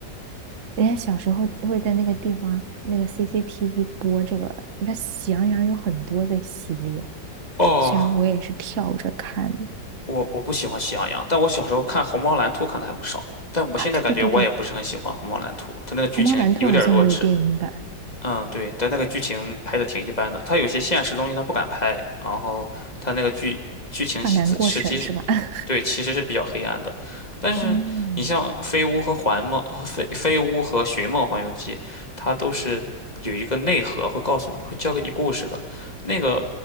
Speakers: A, on the right; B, on the left.
A: 人家小时候会在那个地方那个 CCTV 播这个，你看《喜羊羊》有很多个系列，
B: 哦，
A: 虽然我也是跳着看的
B: 我我不喜欢喜羊羊，但我小时候看《虹猫蓝兔》看的还不少，但我现在感觉我也不是很喜欢《虹猫蓝兔》，
A: 啊，对对对对对，
B: 它那个剧情有点弱智。
A: 《虹猫蓝兔》好像也有电影版，
B: 嗯，对，但那个剧情拍的挺一般的，他有些现实东西他不敢拍，然后他那个剧剧情其实际是，
A: 怕难过审是吧？<laughs>
B: 对，其实是比较黑暗的。但是你像《飞屋》和《环梦》和《飞飞屋》和《寻梦环游记》，
A: 嗯，
B: 它都是有一个内核，会告诉你，会教给你故事的。那个